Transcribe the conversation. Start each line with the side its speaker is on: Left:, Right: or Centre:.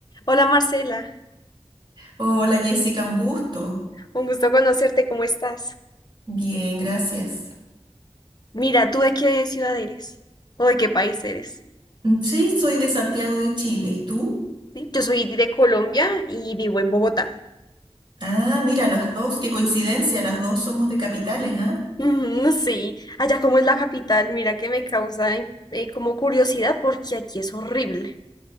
Left: Hola Marcela,
Right: Hola Jessica, un gusto.
Left: un gusto conocerte, ¿cómo estás?
Right: Bien, gracias.
Left: Mira, ¿tú de qué ciudad eres? ¿O de qué país eres?
Right: Mm, Sí, soy de Santiago de Chile. ¿Y tú?
Left: ¿Sí? Yo soy de Colombia y vivo en Bogotá. <laughs>
Right: Ah, mira, las dos, qué coincidencia, las dos somos de capitales, ¿ah?
Left: Mm, sí, allá como es la capital, mira que me causa eh, como curiosidad porque aquí es horrible.